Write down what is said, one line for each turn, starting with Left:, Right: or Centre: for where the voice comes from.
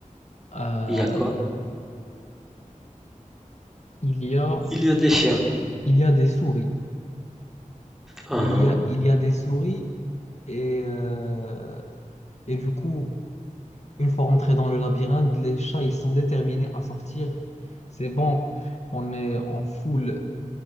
Left: Euh,
Centre: Il y a quoi?
Left: il y a,
Centre: Il y a des chiens.
Left: il y a des souris.
Centre: Ah,
Left: Il y a, il y a des souris. Et, euh, et du coup, une fois rentrés dans le labyrinthe, les chats, ils sont déterminés à sortir. C'est bon, on est en full